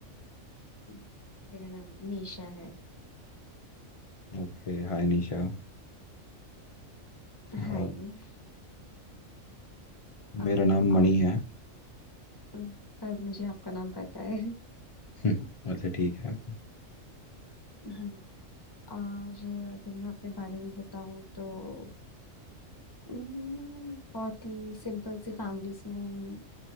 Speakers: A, on the left (about 20°); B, on the left (about 55°).
A: हम्म, मेरा नाम मीशा है
B: ओके हाय निशा
A: हाय
B: और
A: आ,
B: मेरा नाम
A: और
B: मणि है
A: हम्म, पर मुझे आपका नाम पता है
B: हम्म, <laughs> अच्छा ठीक है
A: हम्म, और अगर मैं अपने बारे में बताऊं तो हम्म, बहुत ही सिंपल सी फैमिली से हूँ